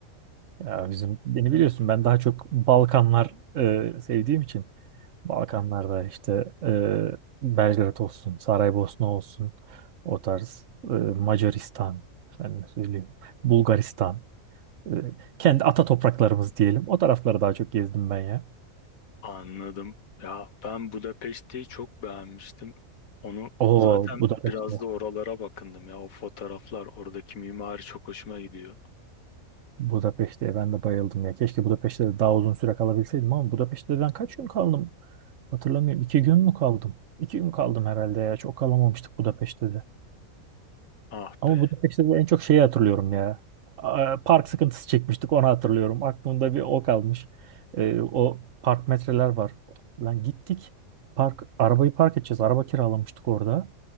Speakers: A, on the right; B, on the left.
A: Ya bizim beni biliyorsun ben daha çok Balkanlar e, sevdiğim için Balkanlarda işte e, Belgrad olsun, Saraybosna olsun o tarz e, Macaristan efendim söyleyeyim Bulgaristan e, kendi ata topraklarımız diyelim. O tarafları daha çok gezdim ben ya.
B: Anladım. Ya ben Budapeşte'yi çok beğenmiştim. Onu
A: Oo
B: zaten
A: Budapeşte.
B: biraz da oralara bakındım ya. O fotoğraflar, oradaki mimari çok hoşuma gidiyor.
A: Budapeşte'ye ben de bayıldım ya. Keşke Budapeşte'de de daha uzun süre kalabilseydim ama Budapeşte'de ben kaç gün kaldım? Hatırlamıyorum. İki gün mü kaldım? İki gün kaldım herhalde ya. Çok kalamamıştık Budapeşte'de.
B: Ah
A: Ama
B: be.
A: Budapeşte'de en çok şeyi hatırlıyorum ya. Aa, Park sıkıntısı çekmiştik onu hatırlıyorum. Aklımda bir o kalmış. Ee, o park metreler var. Lan gittik. Park, arabayı park edeceğiz. Araba kiralamıştık orada.